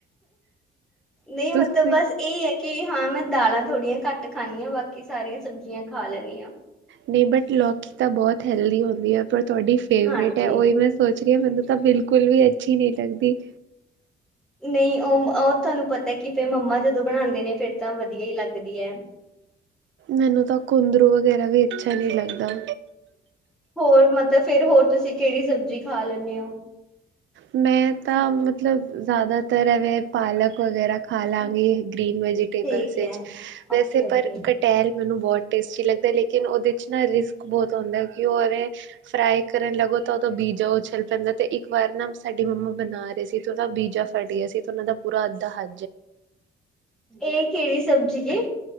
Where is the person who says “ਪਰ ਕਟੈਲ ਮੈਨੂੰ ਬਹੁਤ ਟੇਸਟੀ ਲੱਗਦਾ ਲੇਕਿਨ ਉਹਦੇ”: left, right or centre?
Right